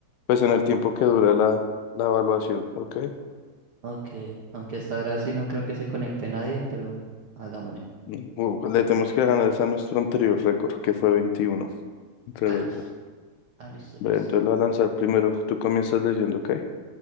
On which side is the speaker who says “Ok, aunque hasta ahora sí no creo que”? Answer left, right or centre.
Right